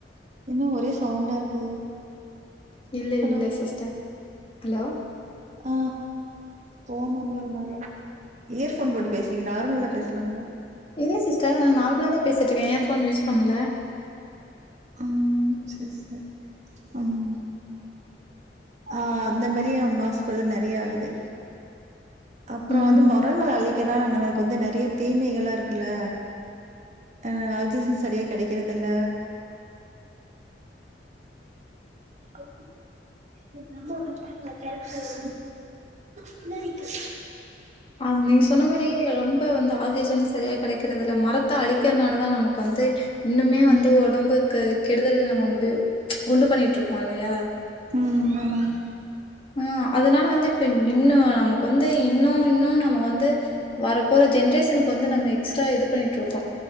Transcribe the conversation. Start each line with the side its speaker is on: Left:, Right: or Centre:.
Right: என்ன ஒரே சவுண்டா இருக்கு
Left: இல்ல
Right: ஹலோ
Left: இல்ல சிஸ்டர் ஹலோ
Right: ஆ போன் வந்து ஒரு மாரி இயர்போன் போட்டு பேஸ்ரிங்க நார்மல்லா பேசலாம்லா
Left: இல்ல சிஸ்டர் நா நார்மல தா போசிட்ருக்கேன் இயர்ஃபோன் யூஸ் பண்ணல
Right: ம் சேர் சேர் ம் ஆ அந்த மாரி மாசுபடுறது நெறய ஆகுது அப்பறம்
Left: ம்.
Right: வந்து மரங்களை அழிக்கனால நமக்கு வந்து நெறய தீமைகளா இருக்குல்ல ஆ ஆக்சிஜன் சரியா கெடக்கறது இல்ல ஆ எங்க அம்மா வட்டாங்க கேரக்டர் பின்னாடிைக்கு
Left: அ நீங்க சொன்ன மேர் பே ரொம்ப வந்து ஆக்சிஜன் சரியா கெடக்கறது இல்ல மரத்த அழிக்கிறதுனால தா நமக்கு வந்து இன்னுமே வந்து
Right: ம்
Left: உடம்புக்கு கெடுதல் நம்ம முடிவு உண்டு பண்ணிட்டு இருக்கோம் இல்லயா
Right: ம் ஆமாங்க
Left: ஆ அதனால வந்து இப்ப இன்னும் நமக்கு வந்து இன்னும் இன்னும் நம்ம வந்து வர போற ஜென்ரேஷன் வந்து நம்ம எக்ஸ்ட்ரா இது பண்ணிட்டு இருக்கோ